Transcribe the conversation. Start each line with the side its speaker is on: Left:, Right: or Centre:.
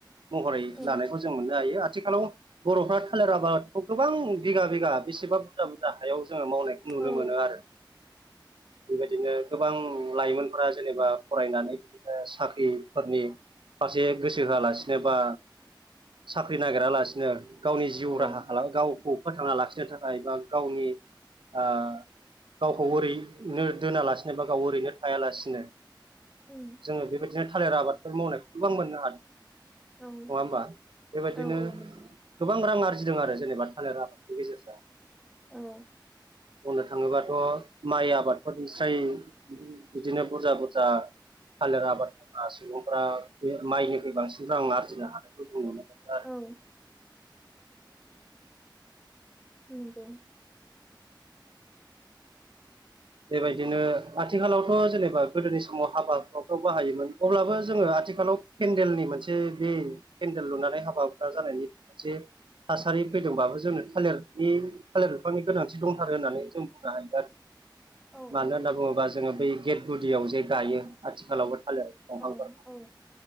Right: महरै
Centre: औ
Right: लानायखौ जों मोननो हायो आथिखालाव बर'फ्रा थालिर आबादखौ गोबां बिगा बिगा बेसेबा बुरजा बुरजा हायाव जोङो मावनायखौ नुनो
Centre: औ
Right: मोनो आरो बेबायदिनो गोबां लाइमोनफोरा जेनेबा फरायनानै बिदिनो साख्रिफोरनि फारसे गोसो होआलासिनो बा साख्रि नागिरालासिनो गावनि जिउ राहा
Centre: औ
Right: खालाम गावखौ फोथांना लाखिनो थाखाय बा गावनि आह गावखौ ओरैनो दोनालासिनो बा गाव ओरैनो थाया लासिनो
Centre: उम
Right: जोङो बेबायदिनो थालिर आबादफोर मावनायखौ गोबां मोननो हादों।
Centre: औ
Right: नङा होमबा? बेबायदिनो
Centre: औ औ नंगौ
Right: गोबां रां आरजि जिदों आरो जेनेबा थालिर आबादनि गेजेरजों
Centre: औ
Right: बुंनो थाङोबाथ' माइ आबादफोरनिस्राय बिदिनो बुरजा बुरजा थालिर आबाद <unintelligible> सुबुंफोरा बे माइनिख्रुइ बांसिन रां आरजिनो हानायखौ जों नुनो मोनो आरो
Centre: औ नोंगौ
Right: बेबायदिनो आथिखालावथ' जेनेबा गोदोनि समाव हाबाफ्रावफ्राव बाहायोमोन अब्लाबो जोङो आथिखालाव केन्देलनि मोनसे बे केन्देल लुनानै हाबा हुखा जानायनि मोनसे थासारि फैदोंबाबो जोंनो थालेरनि थालेर बिफांनि गोनांथि दंथारो होननानै जों बुंनो हायो आरो।
Centre: औ
Right: मानो
Centre: औ
Right: होनना बुङोबा जोङो बै गेट गुदियाव जे गायो आथिखालावबो थालिर दंफांफोर
Centre: औ औ